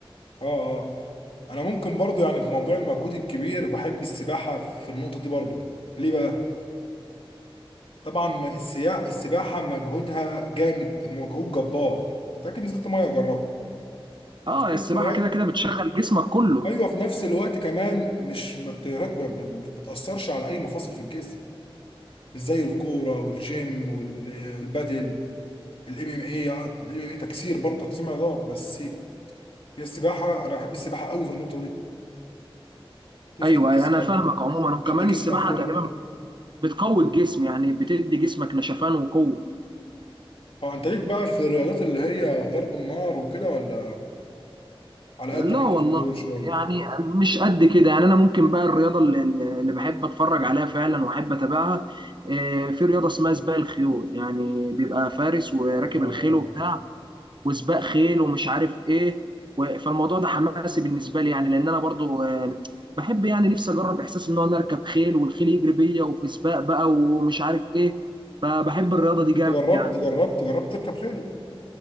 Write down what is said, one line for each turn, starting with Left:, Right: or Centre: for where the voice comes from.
Left: اه اه انا ممكن برضو يعني في موضوع المجهود الكبير بحب السباحه في النقطه دي برضو ليه بقى طبعا ما- السيا- السباحه مجهودها جامد مجهود جبار انت اكيد نزلت ميه وجربت
Right: اه
Left: وفي
Right: السباحه
Left: نفس الوقت
Right: كده كده بتشغل جسمك كله
Left: ايوه في نفس الوقت كمان مش ما بتهك- يعني مش بتاثرش على اي مفاصل في الجسم مش زي الكوره والجيم وال- والبادل الام ام اي الام ام اي تكسير برضه تقسيم عضلات بس هي السباحه انا بحب السباحه قوي في النقطه دي تفرد
Right: ايوه
Left: جسمك
Right: انا فاهمك عموما وكمان
Left: تشد جسمك
Right: السباحه
Left: كله
Right: تقريبا بتقوي الجسم يعني بتدي جسمك نشفان وقوة
Left: اه انت ليك بقى في الرياضات اللي هي ضرب النار وكده ولا على
Right: لا
Left: قدك
Right: والله
Left: انت في الموضوع ده شويه
Right: يعني مش قد كده يعني انا ممكن بقى الرياضة اللي, اللي بحب اتفرج عليها فعلا واحب اتابعها آه، في رياضة اسمها سباق الخيول يعني بيبقى فارس وراكب
Left: اه
Right: الخيل وبتاع وسباق خيل ومش عارف ايه و- فالموضوع ده حماسي بالنسبة لي يعني لان انا برضو آه، بحب يعني نفسي اجرب احساس ان انا اركب خيل والخيل يجري بيا وفي سباق بقى ومش عارف ايه فبحب الرياضة دي
Left: انت
Right: جامد
Left: جربت
Right: يعني
Left: جربت جربت تركب خيل